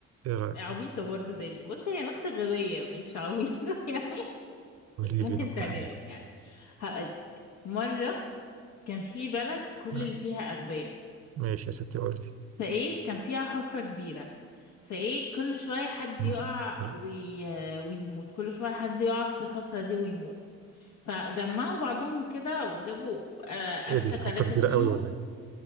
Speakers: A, on the right (about 55°); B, on the left (about 65°).
A: ايه رايك
B: عبيطة برضه زي دي بص هي نكتة غبية مش عبيطة <laughs> يعني
A: قولي
B: ممكن
A: لي نقطه
B: تعجبك
A: حلوه
B: يعني هقول مرة كان في بلد كل
A: آه،
B: اللي فيها أغبياء
A: ماشي يا ستي قولي
B: فإيه كان فيها حفرة كبيرة فإيه كل شوية حد
A: مم.
B: يقع
A: لا،
B: وي... ويموت كل شوية حد يقع في الحفرة دي ويموت فجمعوا بعضهم كده وجابوا آه،
A: ايه
B: أذكى
A: دي حفره
B: ثلاثة
A: كبيره
B: فيهم
A: قوي ولا ايه